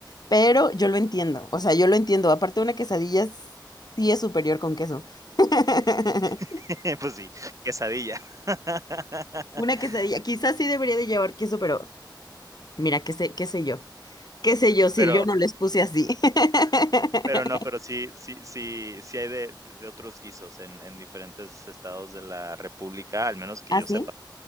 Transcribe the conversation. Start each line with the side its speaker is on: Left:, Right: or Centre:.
Left: pero yo lo entiendo, o sea, yo lo entiendo. Aparte, una quesadilla s- sí es superior con queso. <laughs>
Right: <laughs> Pues sí, quesadilla. <laughs>
Left: Una quesadilla, quizás sí debería de llevar queso, pero mira, qué sé, qué sé yo, qué sé yo si
Right: Pero
Left: yo no les puse así. <laughs>
Right: pero no, pero sí sí sí sí hay de de otros guisos en en diferentes estados de la república, al menos que
Left: ¿Así?
Right: yo sepa.